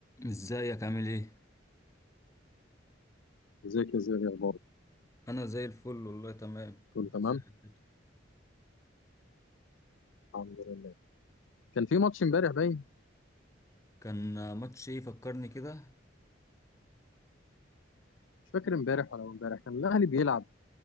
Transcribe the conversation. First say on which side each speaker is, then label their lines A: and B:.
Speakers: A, on the left; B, on the left.
A: ازيك عامل ايه؟
B: ازيك يا زياد يا اخبارك
A: انا زي الفل والله تمام
B: كله
A: انت
B: تمام
A: ازاي حالك؟
B: الحمد لله كان في ماتش امبارح باين
A: كان ماتش ايه فكرني كده
B: مش فاكر امبارح ولا امبارح كان الاهلي بيلعب